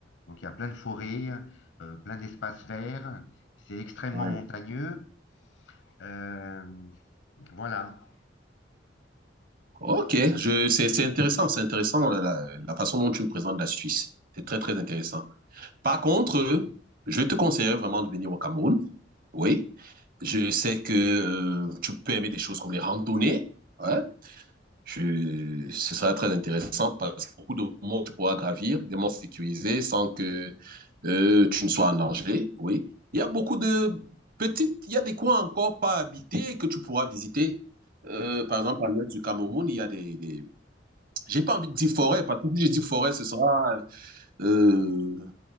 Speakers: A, on the left; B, on the right.
A: Donc, il y a plein de forêts, euh, plein d'espaces verts. C'est extrêmement
B: Oui.
A: montagneux. Euh, voilà.
B: Ok, je, c'est, c'est intéressant, c'est intéressant la, la- la façon dont tu me présentes la Suisse. C'est très, très intéressant. Par contre, euh, je te conseillerais vraiment de venir au Cameroun. Oui, je sais que euh, tu peux aimer des choses comme les randonnées. Ouais. Je, ce sera très intéressant parce que beaucoup de monts que tu pourras gravir, des monts sécurisés sans que euh, tu ne sois en danger. Oui, il y a beaucoup de petites, il y a des coins encore pas habités que tu pourras visiter. Euh, par exemple, à l'est du Cameroun, il y a des, des- j'ai pas envie de dire forêt, parce que si je dis forêt, ce sera, euh,